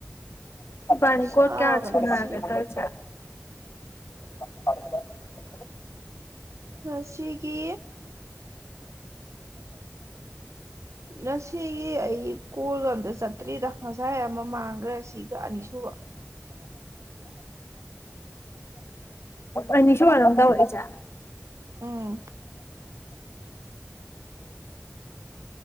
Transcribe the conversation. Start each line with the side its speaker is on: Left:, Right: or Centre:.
Left: ꯕꯥꯅꯤ
Right: ꯁꯥꯕꯅ
Left: ꯀꯣ ꯀꯌꯥꯁ
Right: ꯁꯤ
Left: ꯂꯦ ꯇꯁ <inaudible>
Right: ꯁꯠꯁꯤꯔꯤ ꯀ ꯉꯁꯤꯒꯤ ꯑꯩ ꯀꯒ ꯑꯃꯗ ꯆꯠꯇ꯭ꯔꯤꯗ ꯉꯁꯥꯏ ꯑꯃ ꯃꯥꯡꯈ꯭ꯔꯦ ꯁꯤꯒ ꯑꯅꯤ ꯁꯨꯕ
Left: ꯑꯅꯤꯁꯨ ꯋꯥꯔꯗ ꯑꯣꯏꯖ
Right: ꯎꯝ